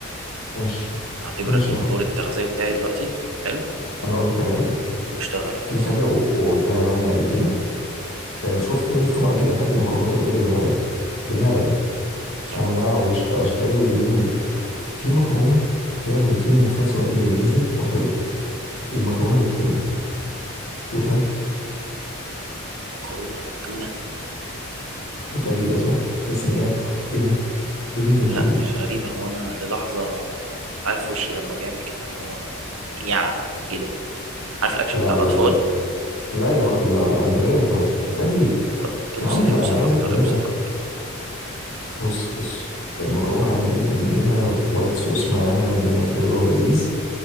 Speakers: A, on the left; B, on the right.
A: ماشي
B: هعتبرك
A: ماشي
B: دكتور
A: يا معلم
B: التغذية بتاعي دلوقتي حلو
A: انا اقول لك حاجة حلوة
B: واشتغل يا
A: في
B: ريس
A: حاجة و- وقلتها يعني قبل كده كانت شفت انت طبعا اكيد اكلت مكرونات قبل كده بالهبل بالهبل
B: طبعا
A: انواع وش- واشكال ويمين و... في مكرونة فيها بروتين وفي نفس الوقت هي لذيذة وحلوة المكرونة بالتونة دوتها
B: مكرونة بالتونة
A: غريبة صح تحس ان هي ايه ده ايه اللي انت بتقوله
B: لا مش
A: ده
B: غريبة هو انا للحظة عارف وشي لما بيعمل كده اللي هو يع ايه ده عارف الاكشن
A: لا
B: بتاع
A: لا
B: الاطفال
A: لا لا يا راجل لا لا انت جاي بتهزر افادي
B: طب اوصف
A: يا عم لا
B: اوصف
A: انا عايزك
B: اكتر
A: ان انت
B: اوصف اكتر
A: بص بص المكرونه عادي جدا بتجيبها وايت صوص معاها الدنيا حلوه ولذيذ